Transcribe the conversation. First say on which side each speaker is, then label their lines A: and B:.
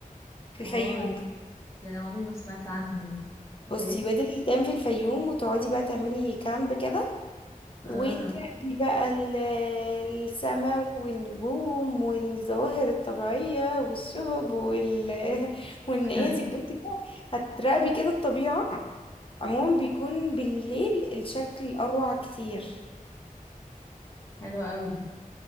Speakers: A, on the left; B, on the left.
A: في
B: اه
A: الفيوم
B: دي انا عمري ما سمعت عنها دي اوكي
A: بصي وادي الحيتان في الفيوم وتقعدي بقى تعملي كامب كده
B: اه
A: وتراقبي بقى ال- السماء والنجوم والظواهر الطبيعية والشهب وال... <laughs> والنيازك
B: <laughs>
A: بصي بقى هتراقبي كده الطبيعة عموما بيكون بالليل الشكل أروع كتير
B: حلوة قوي دي